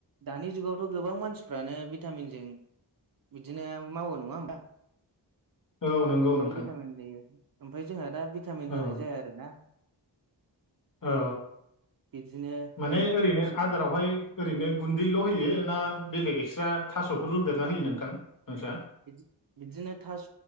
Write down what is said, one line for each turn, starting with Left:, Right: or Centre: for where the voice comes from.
Right: दानि जुगाव थ' गोबां मानसिफ्रानो भिटामिनजों बिदिनो मावो नङा होमबा।
Left: औ नंगौ
Right: गोबां
Left: नोंथां
Right: भिटामिन होयो ओमफ्राय जोंहा दा भिटामिन
Left: औ
Right: होनाय जाया आरो ना।
Left: औ
Right: बिदिनो
Left: माने
Right: मै
Left: ओरैनो
Right: एसे
Left: आदारावहाय ओरैनो गुन्दैल' होयो ना बेलेग एक्स्रा थासफोर रुदेरना होयो नोंथां नोंसा?
Right: बिदि बिदिनो थास